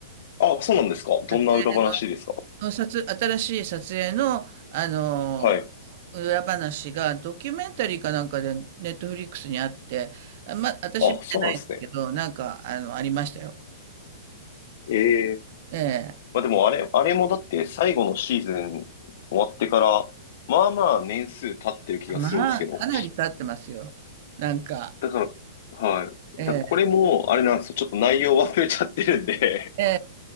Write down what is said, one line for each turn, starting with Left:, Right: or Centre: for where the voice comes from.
Left: あ、そうなんですか。どんな裏話ですか。
Right: 撮影の、の撮、新しい撮影の、あの
Left: はい。
Right: 裏話がドキュメンタリーかなんかでネットフリックスにあって、あま、私見てないんだけど、
Left: あ、そうなんですね。
Right: なんか、あの、ありましたよ。
Left: ええ
Right: ええ。
Left: まあでもあれ、あれもだって最後のシーズン終わってから、まあまあ年数経ってる気がするんですけど。
Right: まあ、かなり経ってますよ。なんか、
Left: だから、はい。
Right: ええ、
Left: だからこれも、あれなんですよ。ちょっと内容忘れちゃってるんで
Right: ええ、え